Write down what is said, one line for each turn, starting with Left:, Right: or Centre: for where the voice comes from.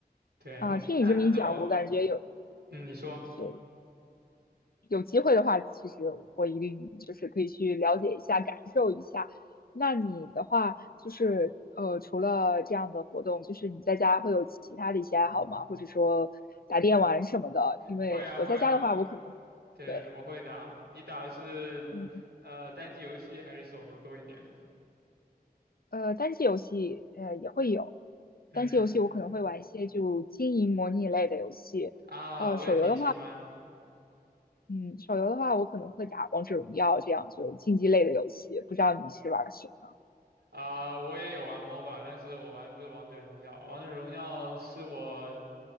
Right: 对，
Left: 啊，
Right: 那你看那种，
Left: 听你这么一讲，我感觉有
Right: 嗯，你说
Left: 是有机会的话，其实我一定就是可以去了解一下，感受一下。那你的话就是呃，除了这样的活动，就是你在家会有其他的一些爱好吗？或者说打电玩什么的？因为我在家的话，
Right: 会啊会啊，我
Left: 我可能
Right: 对我会打。
Left: 对。
Right: 你打的是呃单机游戏还是手游多一点？
Left: 嗯呃，单机游戏呃也会有，
Right: 嗯
Left: 单机游戏我可能会玩一些就经营模拟类的游戏，
Right: 啊，
Left: 呃，
Right: 我也挺喜欢的。
Left: 手游的话，嗯，手游的话我可能会打王者荣耀这样就竞技类的游戏，不知道你是玩什么？
Right: 啊、我也有玩 MOBA，但是我玩的不是王者荣耀。王者荣耀是我